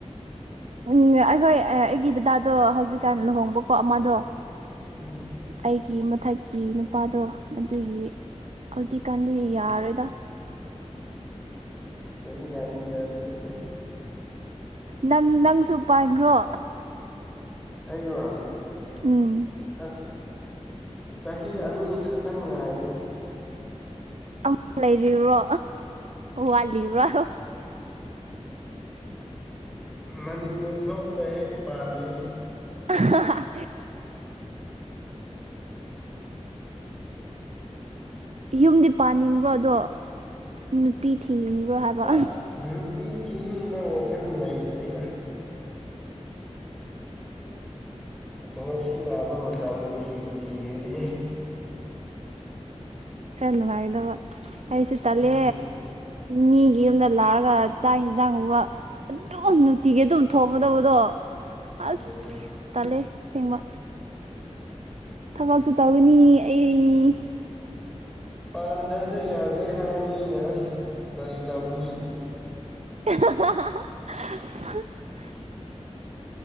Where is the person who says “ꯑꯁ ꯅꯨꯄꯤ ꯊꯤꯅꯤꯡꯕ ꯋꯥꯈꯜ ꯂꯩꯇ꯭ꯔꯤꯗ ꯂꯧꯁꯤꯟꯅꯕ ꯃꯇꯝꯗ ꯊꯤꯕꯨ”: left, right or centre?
Centre